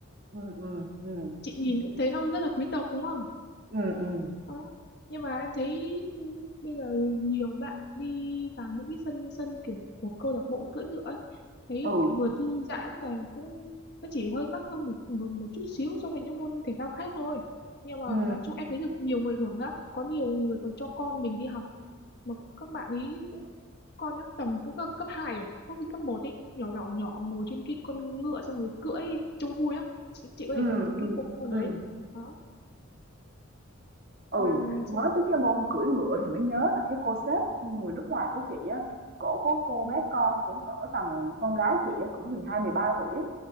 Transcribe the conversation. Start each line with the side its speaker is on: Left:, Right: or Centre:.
Right: ừ ừ ừ
Left: chị nhìn cũng thấy nó rất là quý tộc đúng không
Right: ừ ừ
Left: Đó. nhưng mà em thấy ừ, bây giờ nhiều bạn đi vào những cái sân sân kiểu của câu lạc bộ cưỡi ngựa ấy, thấy
Right: ừ
Left: vừa thư giãn và cũng nó chỉ hơi mắc hơn một, một một chút xíu so với những môn thể thao khác thôi nhưng mà
Right: ừ
Left: nói chung em thấy được nhiều người hưởng lắm có nhiều người còn cho con mình đi học mà các bạn ý cũng con chắc tầm cứ cấp cấp hai à có khi cấp một ấy nhỏ nhỏ nhỏ ngồi trên cái con ngựa xong rồi cưỡi trông vui lắm chị, chị có
Right: Ừ,
Left: thể thử
Right: ừ,
Left: cái bộ môn
Right: ừ.
Left: đấy đó
Right: Ừ,
Left: ba
Right: nói
Left: chữ này
Right: tới cái môn cưỡi ngựa thì mới nhớ là cái cô sếp người nước ngoài của chị á, cổ có cô
Left: Đúng,
Right: bé con cũng cỡ tầm con gái chị á, cũng mười hai mười ba tuổi. á.